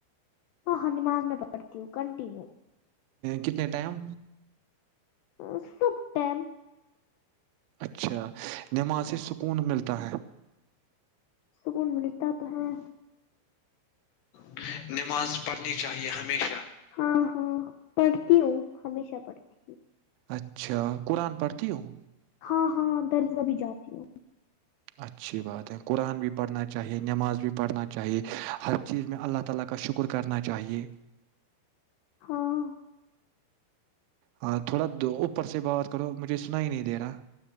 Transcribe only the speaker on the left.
ہاں ہاں نماز میں پڑھتی ہوں کنٹینیو
اسٹم
سکون ملتا کہاں <unintelligible> نماز پڑھنی چاہیے ہمیشہ ہاں ہاںڑ تی ہمیشہ پڑتی
ہاں ہاں درزگہ بھی جاتی ہ
ہاں